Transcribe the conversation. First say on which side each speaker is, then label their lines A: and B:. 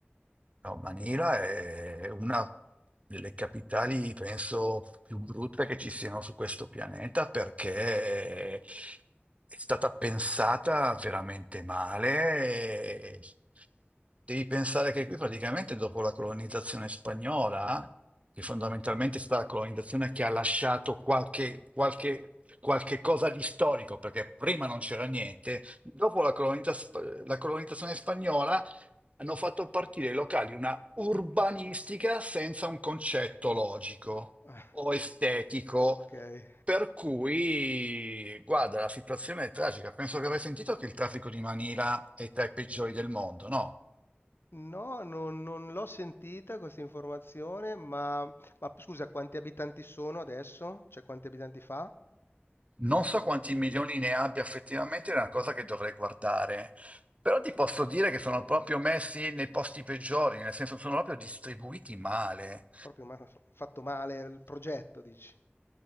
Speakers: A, on the right; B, on the left.
A: No, Manila è una delle capitali, penso, più brutte che ci siano su questo pianeta perché è stata pensata veramente male. e Devi pensare che qui praticamente dopo la colonizzazione spagnola, che fondamentalmente è stata la colonizzazione che ha lasciato qualche, qualche, qualche cosa di storico, perché prima non c'era niente, dopo la colonizza- la colonizzazione spagnola hanno fatto partire i locali una urbanistica senza un concetto logico
B: <laughs>
A: o estetico.
B: Ok.
A: Per cui, guarda, la situazione è tragica. Penso che avrai sentito che il traffico di Manila è tra i peggiori del mondo, no?
B: No, non, non l'ho sentita questa informazione, ma, ma scusa, quanti abitanti sono adesso? Cioè, quanti abitanti fa?
A: Non so quanti milioni ne abbia effettivamente, è una cosa che dovrei guardare. Però ti posso dire che sono proprio messi nei posti peggiori, nel senso sono proprio distribuiti male.
B: È proprio ma- fatto male il progetto, dici.